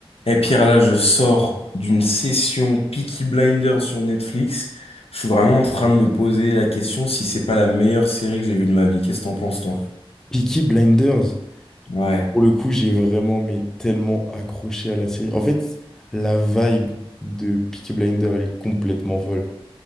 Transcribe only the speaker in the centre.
Peaky Blinders,
pour le coup, j'ai vraiment, mais tellement accroché à la série. En fait, la vibe de Peaky Blinders, elle est complètement folle.